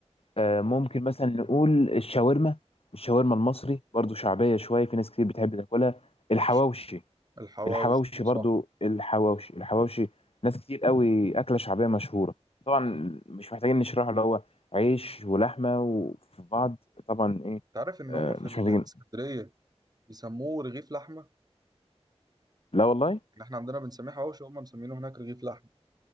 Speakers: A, on the left; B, on the right.
A: آه، ممكن مثلا نقول الشاورما الشاورما المصري برضو شعبية شوية في ناس كتير بتحب تاكلها الحواوشي
B: ماشي الحواوشي
A: الحواوشي برضو
B: صح،
A: الحواوشي الحواوشي ناس كتير قوي أكلة شعبية مشهورة طبعا
B: مم.
A: مش محتاجين نشرحه اللي هو عيش ولحمة وفي بعض طبعا إيه
B: تعرف إن
A: آه،
B: هما في
A: مش
B: ال-
A: محتاجين
B: في اسكندرية بيسموه رغيف لحمة؟
A: لا والله
B: إن إحنا عندنا بنسميه حواوشي وهم مسمينه هناك رغيف لحمة